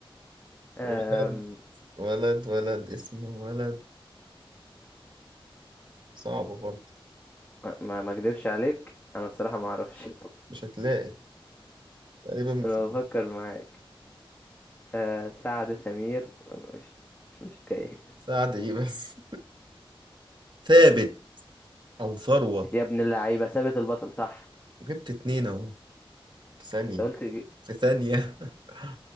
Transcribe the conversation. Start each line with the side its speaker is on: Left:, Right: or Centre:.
Left: آم،
Right: ولد ولد ولد اسمه ولد صعبة برضه
Left: ما ما ما اكدبش عليك انا الصراحه ما اعرفش <laughs>
Right: مش هتلاقي تقريبا مفيش
Left: انا بفكر معاك آه سعد ثمير مش مش مش جاي
Right: سعد ايه بس <laughs> ثابت او ثروت
Left: يا ابن اللعيبه ثابت البطل صح
Right: جبت اتنين اهو في ثانية
Left: انت قلت
Right: في ثانية <laughs>